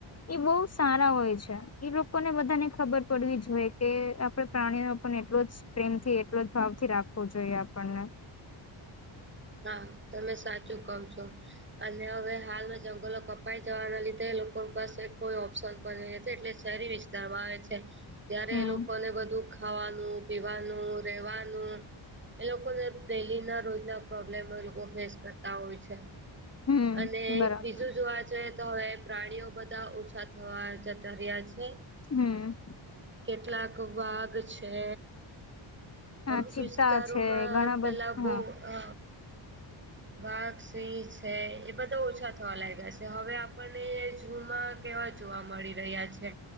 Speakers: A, on the left; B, on the right.
A: એ બહુ સારા હોય છે એ લોકોને બધાને ખબર પડવી જોઈએ કે આપ પ્રાણીનો પણ એટલો જ પ્રેમથી એટલો જ ભાવ થી રાખવો જોઈએ આપણને
B: હા તમે સાચું કવ છો અને હવે હાલમાં જંગલો કપાઈ જવાના લીધે લોકો પાસે કોઈ ઓપ્શન બ છે એટલે શહેરી વિસ્તારમાં આવે છે ત્યારે
A: હમ
B: લોકોને બધું ખાવાનું પીવાનું, રેવાનું એ લોકોને ડેલી ના રોજ ના પ્રોબ્લેમો ઈ લોકો ફેસ કરતા હોય છે
A: હમ
B: અને
A: બરાબર
B: જું જોવા જઈએ તો હવે પ્રાણીઓ બધા ઓછા થવા જતા રીયા છે.
A: હમ
B: કેટલાક વાઘ છે.
A: હા
B: અમુક
A: ચિત્તા
B: વિસ્તારોમાં
A: છે ઘણા
B: પેલા
A: બધા
B: બો
A: હા
B: અ વાઘ, સિંહ છે એ બધા ઓછા થવા લાયગા સે, હવે આપણને જૂમાં કેવા જોવા મળી રહ્યા છે,